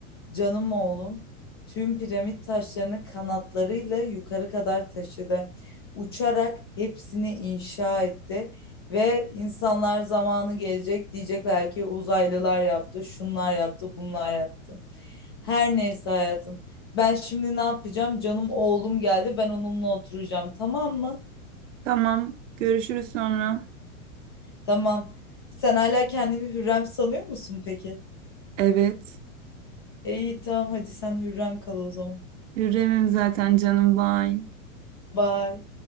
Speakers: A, on the left; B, on the right.
A: Canım oğlum tüm piramit taşlarını kanatlarıyla yukarı kadar taşıdı. Uçarak hepsini inşa etti ve insanlar zamanı gelecek diyecekler ki uzaylılar yaptı, şunlar yaptı, bunlar yaptı. Her neyse hayatım. Ben şimdi ne yapacağım? Canım oğlum geldi. Ben onunla oturacağım. Tamam mı?
B: Tamam görüşürüz sonra.
A: Tamam. Sen hala kendini Hürrem sanıyor musun peki?
B: Evet.
A: E, İyi tamam hadi sen Hürrem kal o zaman.
B: Hürrem'im zaten canım bay.
A: Bye.